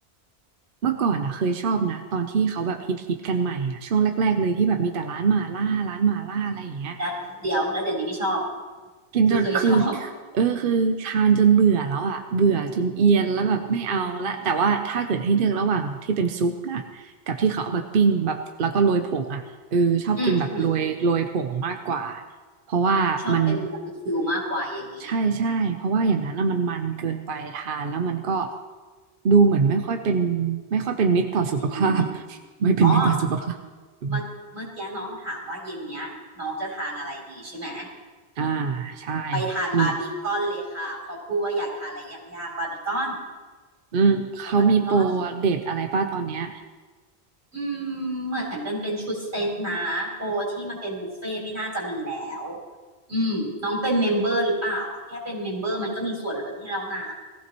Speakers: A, on the right (about 60°); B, on the right (about 85°).
A: เมื่อก่อนอ่ะเคยชอบนะตอนที่เขาแบบฮิตฮิตกันใหม่อ่ะช่วงแรกๆเลยที่แบบมีแต่ร้านหม่าล่าร้านหม่าล่าอะไรอย่างเงี้ย
B: และเดี๋ยวแล้วเดี๋ยวนี้ไม่ชอบ
A: กินจนคือ
B: คือเคยชอบ
A: เออคือทานจนเบื่อแล้วอ่ะเบื่อจนเอียนแล้วแบบไม่เอาละแต่ว่าถ้าเกิดให้เลือกระหว่างแบบที่เป็นซุปนะกับที่เขาเอาไปปิ้งแบบแล้วก็โรยผงอ่ะเออชอบกินแบบโรยโรยผงมากกว่า
B: อืมอืมอืม
A: เพราะว่ามัน
B: ชอบเป็นบาร์บีคิวมากกว่าอย่างนี้
A: ใช่ใช่เพราะว่าอย่างนั้นนะมันมันเกินไปทานแล้วมันก็ดูเหมือนไม่ค่อยเป็นไม่ค่อยเป็นมิตรต่อสุขภาพ
B: อืม
A: <laughs> ไม่เป็นมิตรต่อสุขภาพอืม
B: อ๋อเมื่อเมื่อกี้น้องถามว่าเย็นเนี้ยน้องจะทานอะไรดีใช่ไหม
A: อ่าใช่
B: ไปทานบาร์บีคอนเลยค่ะเพอพูดว่าอยากทานอะไรย่างๆบาร์บีคอน
A: มีอืมเขามีโปรเด็ดอะไรป้าตอนเนี้ย
B: ไปบาร์บีคอน อืมเหมือนเป็นเป็นชุดเซตนะโปรที่มันเป็นบุฟเฟ่ต์ไม่น่าจะมีแล้วอืมน้องเป็นเมมเบอร์หรือเปล่าอ่ะแค่เป็นเมมเบอร์มันก็มีส่วนลดให้แล้วนะ